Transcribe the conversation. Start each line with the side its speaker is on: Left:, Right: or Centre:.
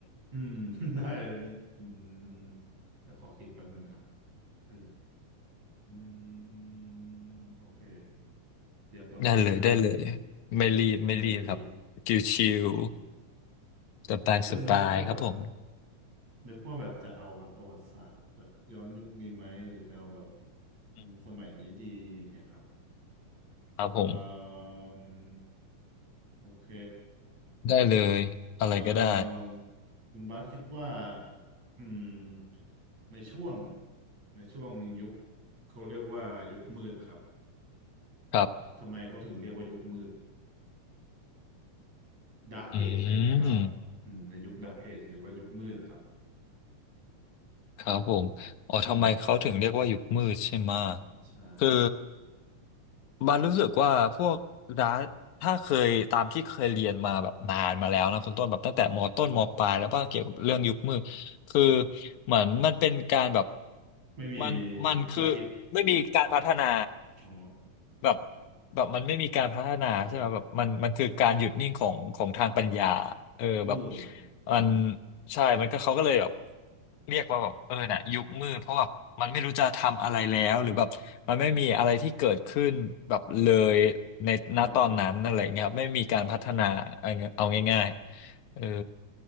Right: อืม <laughs> ได้นิดอืมเดี๋ยวขอคิดแป๊บหนึงนะครับเอ้ยอืมโอเคเตรียมก่อนแป๊บหนึง
Left: ได้เลยได้เลยไม่รีบไม่รีบครับ
Right: เอาไหนดี
Left: ชิวๆสบายสบายครับผม
Right: จะนึกว่าแบบ นึกว่าแบบจะเอาแบบประวัติศาสตร์แบบย้อนยุคดีไหมหรือจะเอาแบบถึงสมัยนี้ดีอย่างเงี้ยครับ
Left: อืมครับผม
Right: เอ่มโอเค
Left: ได้เลยอะไรก็ได้
Right: เอ่มคุณบาสคิดว่าอืมในช่วงในช่วงยุคเขาเรียกว่ายุคมืดอะครับ
Left: ครับ
Right: ทำไมเขาถึงเรียกว่ายุคมืด Dark
Left: อื
Right: Age อะไรเงี้ยครับอืมในยุค
Left: ม
Right: Dark Age หรือว่ายุคมืดอะครับ
Left: ครับผมอ๋อทำไมเขาถึงเรียกว่ายุคมืดใช่ไหมะ
Right: ใช่
Left: คือ บันรู้สึกว่าพวกดาร์ถ้าเคยตามที่เคยเรียนมาแบบนานมาแล้วนะคุณต้นแบบตั้งแต่มต้นมปลายแล้วว่าเกี่ยวกับเรื่องยุคมืดคือ
Right: ครับ
Left: เหมือนมันเป็นการแบบ
Right: ไม่มี
Left: มันมันคือ
Right: พระอาทิตย์
Left: ไม่มีการพัฒนา
Right: อ๋อ
Left: แบบแบบมันไม่มีการพัฒนาใช่ไหมแบบมันมันคือการหยุดนิ่งของของทางปัญญา
Right: ครับ
Left: เออแบบ
Right: มืด
Left: มันใช่ มันก็เขาก็เลยแบบเรียกว่าแบบเออน่ะยุคมืดเพราะแบบมันไม่รู้จะทำอะไรแล้วหรือแบบมันไม่มีอะไรที่เกิดขึ้นแบบเลยในณตอนนั้นอะไรเงี้ยครับไม่มีการพัฒนาเอาเอาง่ายๆเออ
Right: ครับผม